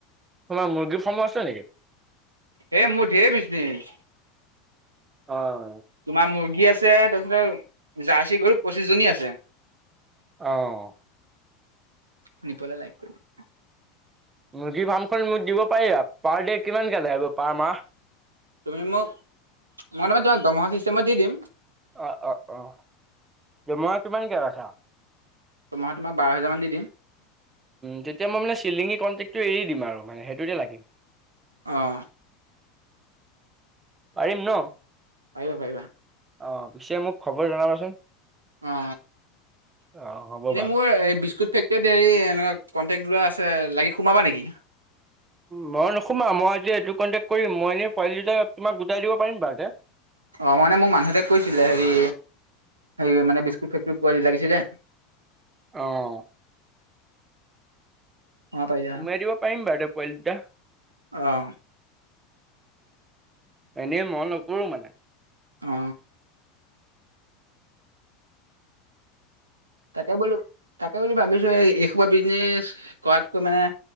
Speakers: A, on the right; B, on the right.
A: তোমাৰ মুৰ্গীৰ ফাৰ্মো আছে নেকি?
B: এ মোৰ ঢেৰ বিজনেচ।
A: অ'।
B: তোমাৰ মুৰ্গী আছে, তাৰপিছত জাৰ্চি গৰু পঁচিশ জনী আছে
A: অঁ।
B: শুনি পেলাই লাইক কৰি দিয়া।
A: মুৰ্গী ফাৰ্মখন মোক দিব পাৰিবা পাৰ ডে' কিমানকৈ লাগিব পাৰ মাহ?
B: তুমি মোক মই মানে তোমাক দৰমহা চিষ্টেমত দি দিম।
A: অ', অ', অ' দৰমহা কিমান কে দিবা?
B: দৰমহা তোমাক বাৰ হেজাৰমান দি দিম।
A: তেতিয়া মই মানে চিলিঙি কণ্টেক্টটো এৰি দিম আৰু মানে সেইটোতে লাগিম।
B: অঁ।
A: পাৰিম ন?
B: পৰিবা পৰিবা।
A: অ পিছে মোক খবৰ জনাবাচোন
B: অ
A: অ', হ'ব
B: এনে
A: বাৰু।
B: মোৰ এই বিস্কুট ফেক্ট এতিয়া হৰি এনেুৱা কণ্টেক্ট লৰা আছে লাগি সোমাবা নেকি
A: মই নোসোমা মই আজি এইটো কণ্টেক্ট কৰিম মই এনেই পোৱালি দুটা তোমাক গোটাই দিব পাৰিম বাৰু তে
B: অঁ মইানে মোক মানুহঁতে কৈছিলে হেৰি হে মানে বিস্কুট ফে্টত পোৱ লাগিছিল যে
A: অ
B: সোমাব পাৰিলা
A: তুমি এ দিব পাৰিম বাৰু পোৱালি দুটা
B: অ
A: এনেই মই নকৰো মানে
B: অ তাকে বোলো তাকে বুলি ভাবিছো এই এইসৰ বিজনেছ কৰাতকৈ মানে